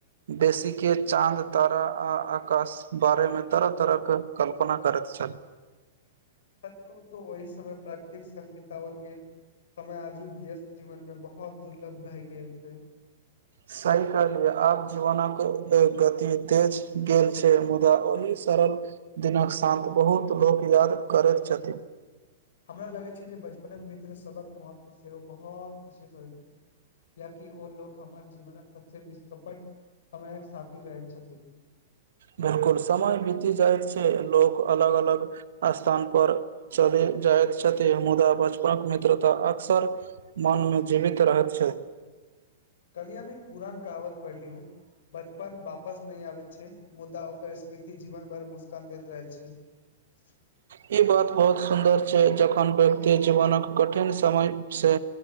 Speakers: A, on the right; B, on the left.
A: बेसीके चाँद तारा आ आकाश बारेमे तरह तरहके कल्पना करैत छल
B: सच कहू तऽ ओहि समय प्राकृतिक स बितओल गेल समय आजुक व्यस्त जीवन मे बहुत दुर्लभ भए गेल छै
A: सही कहलियअ आप जीवन अके गति तेज गेल छै मुदा ओहि सरल दिनक शान्त बहुत लोक याद करैत छथिन
B: हमरा लगै छै जे बचपनक मित्र सबक महत्व सेहो बहुत विशेष होइत छै कियकि ओ लोक हमर जीवनक सबस निष्कपट समयक साथी रहैत छथिन
A: बिलकुल समय बीति जाइत छै लोक अलग अलग स्थान पर चलि जाइत छथि मुदा बचपनक मित्रता अक्सर मन में जीवित रहैत छै
B: कल्हि हम एक पुरान कहावत पढ़यौ बचपन वापस नहि आबे छै मुदा ओकर स्मृति जीवन भर मुस्कान दैत रहै छै <unintelligible>
A: ई बात बहुत सुन्दर छै जखन व्यक्ति जीवनक कठिन समयसँ